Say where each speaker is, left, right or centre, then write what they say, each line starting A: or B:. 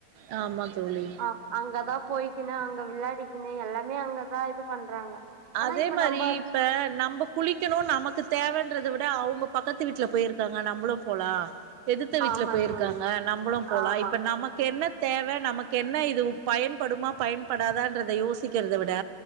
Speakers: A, on the right (about 85°); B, on the right (about 40°).
A: ஆ ஆமா தோழி
B: ஆ அங்கதா போய்கினு அங்க விளையாடிக்கினு எல்லாமே அங்கதான் இது பண்றாங்க ஆனா
A: அதே
B: இப்ப
A: மாரி
B: நம்ம வந்து
A: இப்ப நம்ம குளிக்கணும் நமக்கு தேவன்றத விட அவுங்க பக்கத்து வீட்டுல போயிருக்காங்க நம்மளும் போலா எதித்த வீட்ல
B: ஆமா
A: போயிருக்காங்க
B: தோழி
A: நம்மளும் போலா
B: ஆமா
A: இப்போ நமக்கு என்ன தேவை நமக்கு என்ன இது பயன்படுமா பயன்படாதான்றத யோசிக்கிறத விட